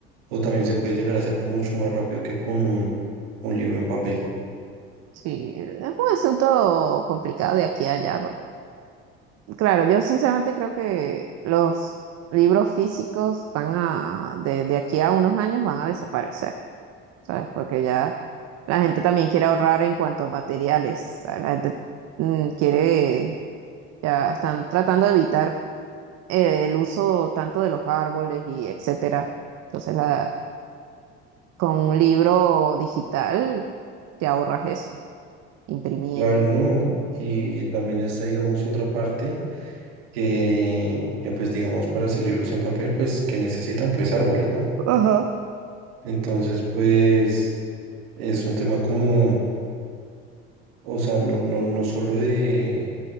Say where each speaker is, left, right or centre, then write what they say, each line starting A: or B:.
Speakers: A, on the right; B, on the right.
A: o también se puede llegar a ser mucho más rápido que con un, un libro en papel.
B: sí, es un asunto complicado de aquí a allá, porque, claro, yo sinceramente creo que los libros físicos van a, de, de aquí a unos años van a desaparecer. ¿sabes? Porque ya la gente también quiere ahorrar en cuanto a materiales, ¿sabes? La gente mm, quiere, ya están tratando de evitar eh, el uso tanto de los árboles y etcétera. Entonces, la, con un libro digital te ahorras eso, imprimir.
A: Claro, ¿no? Y, y también está, digamos, otra parte que, que, pues, digamos, para hacer libros en papel, pues, que necesitan, pues, árboles, ¿no?
B: Ajá.
A: Entonces, pues es un tema como, o sea, no, no, no solo de,